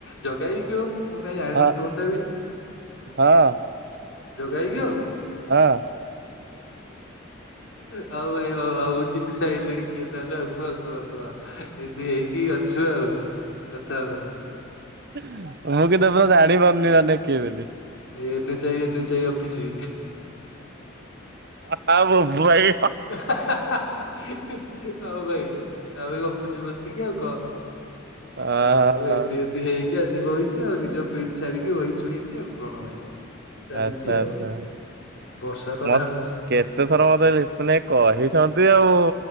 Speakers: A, on the left; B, on the right.
A: ଜଗ ହେକି ମୁଁ କାଇହିଁ ଜାଣିବି
B: ହଁ
A: ଟୋନ ଟା ବିଁ
B: ହଁ ଅ
A: ଯୋଗାଇ କିହୋ?
B: ହଁ ଅ
A: ଆଉ ଭାଇ ଆଉ ଆଉ ଚିନି ସାଇଲିଣି। କିଏ ତାହେଲେ ଆ କୁଆ କୁଆ କୁୁଆ ଏମିତି ହେଇକି ଅଛୁ ଆଉ କଥା ଆଉ।
B: ମୁଁ କିତ ପୁର ଜାଣିପାରୁନି ଅନେ କିଏ ବୋଲି
A: ଏନ୍ ଚାଇ ଏନ୍ ଚଇ ଅଫିଛି
B: ହଁ ବବ ଭାଇ
A: ହଉ ଭାଇ ତାପରେ ଗପୁଚୁ ବସିକି ଆଉ କହ,
B: ଓହୋ
A: ଆ ଆଉ ଏତି ଏମତି ହେଇକି ଆଜ୍ଞା ଯିବ ହେଇଛି ଆଉ ନିଜ ଫିଲ୍ ଛଡିକି ବହିଛୁ ଏଇକି ଆଉ କଣ ଭାଇ? ଚାଲିଛି
B: ଆଚ୍ଛା
A: ଆଉ,
B: ଆଚ୍ଛା
A: ବର୍ଷା ତ
B: ମ
A: ଢାଲୁଛି।
B: କେତେ ଥର ମତେ ଲିପୁନ୍ ଭାଇ କହିଛନ୍ତି ଆଉ,